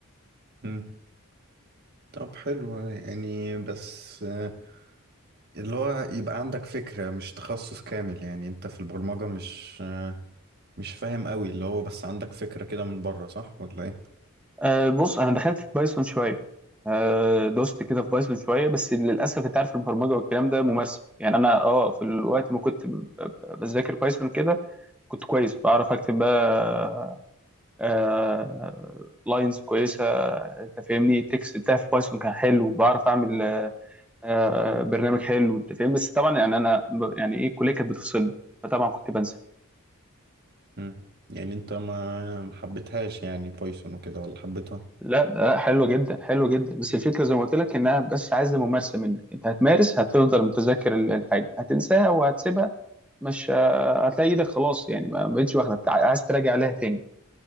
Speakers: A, on the right; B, in the centre.
A: مم. طب حلو يعني بس آه، اللي هو يبقى عندك فكرة مش تخصص كامل يعني انت في البرمجة مش آه، مش فاهم قوي اللي هو بس عندك فكرة كده من بره صح ولا ايه
B: أه بص انا دخلت في بايثون شويه أه دوست كده في بايثون شويه بس للاسف انت عارف البرمجه والكلام ده ممارسه يعني انا اه في الوقت ما كنت ب- ب- بذاكر بايثون كده كنت كويس بعرف اكتب بقى أه لاينز كويسه انت فاهمني التكست بتاعي في بايثون كان حلو بعرف اعمل أه آه، برنامج حلو انت فاهم بس طبعا يعني انا ب- يعني ايه الكليه كانت بتفصلني فطبعا كنت بنسى
A: مم. يعني انت ما ما حبيتهاش يعني بايثون وكده ولا حبيتها
B: لا ده لا حلوة جدا حلوة جدا بس الفكرة زي ما قلت لك انها بس عايزة ممارسة منك انت هتمارس هتفضل متذكر ال- الحاجة هتنساها وهتسيبها مش آه، هتلاقي ايدك خلاص يعني ما بقتش واخدة بتاع- عايز تراجع عليها تاني